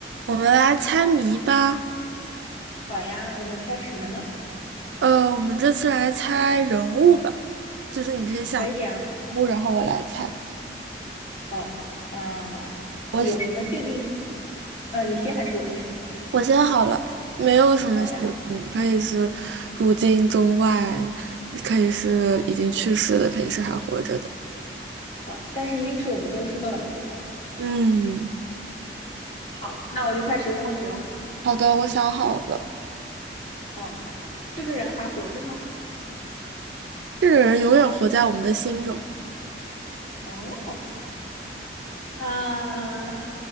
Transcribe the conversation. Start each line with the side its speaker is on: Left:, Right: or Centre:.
Right: 我们来猜谜吧。
Left: 好呀，我们猜什么呢？
Right: 呃，我们这次来猜人物吧，就是你可以想人
Left: 可以啊。
Right: 物，然后我来猜。
Left: 好，嗯，
Right: 我先
Left: 有什么限定？嗯，你先还是我先？
Right: 我先好了，没有什么姓情，
Left: 好呀，
Right: 可以是古今中外，可以是已经去世的，可以是还活着的。
Left: 好，但是一定是我们都知道的，对吧？
Right: 嗯，
Left: 好，那我就开始问问题了。
Right: 好的，我想好了。
Left: 嗯，这个人还活着吗？
Right: 这个人永远活在我们的心中，
Left: 哦，啊，